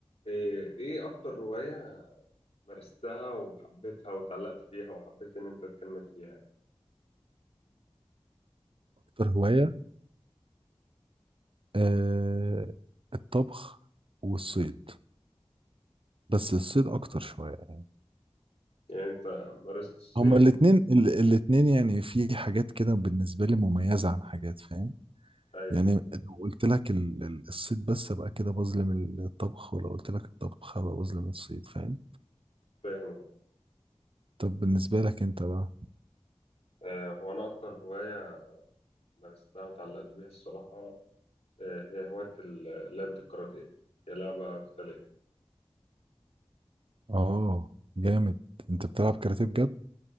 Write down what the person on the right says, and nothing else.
أكتر هواية آه الطبخ والصيد بس الصيد أكتر شوية
هما الاتنين
ال- الاتنين يعني في حاجات كده بالنسبة لي مميزة عن حاجات فاهم
يعني لو قلت لك ال- ال- الصيد بس أبقى كده بظلم ال- الطبخ ولو قلت لك الطبخ أبقى بظلم الصيد فاهم
طب بالنسبة لك أنت بقى
آه جامد أنت بتلعب كاراتيه بجد